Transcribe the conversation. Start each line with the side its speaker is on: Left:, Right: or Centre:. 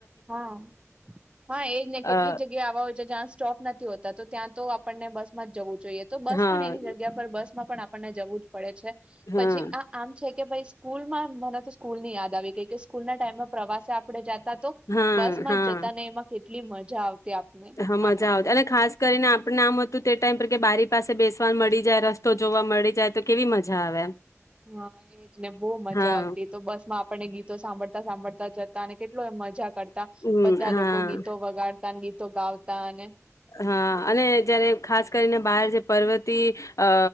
Right: હા, હા એજ ને કેટલીક
Left: અ
Right: જગ્યા આવા હોય છે જ્યાં સ્ટોપ નથી હોતા તો ત્યાં તો આપણને બસ જવું જોઈએ તો બસ
Left: હા
Right: પણ એની જગ્યા પર બસ માં પણ આપ આપણને જવું જ પડે છે.
Left: હા
Right: પછી આ આમ છે કે ભાઈ સ્કૂલ માં મને તો સ્કૂલ ની યાદ આવી ગઈ કે સ્કૂલ ના ટાઈમમાં પ્રવાસે આપણે જતા તો,
Left: હા
Right: બસમાં
Left: હા
Right: જતા ને એમાં એટલી મજા આવતી. આપને
Left: હા મજા
Right: આપણને
Left: આવતી અને ખાસ કરીને આપણે આમ હતું તે ટાઈમ પર કે બારી પાસે બેસવા મળી જાય રસ્તો જોવા મળી જાય તો કેવી મજા આવે.
Right: હા એટને બહુ મજા
Left: હા
Right: આવતી તો બસ માં આપણને ગીતો સાંભળતા સાંભળતા જતા અને કેટલ મજા કરતા,
Left: હમ
Right: બધા
Left: હા
Right: લોકો ગીતો વગાડતા તો ગાવતા અને
Left: હા અને જયારે ખાસ કરીને બહાર જે પર્વતી, અ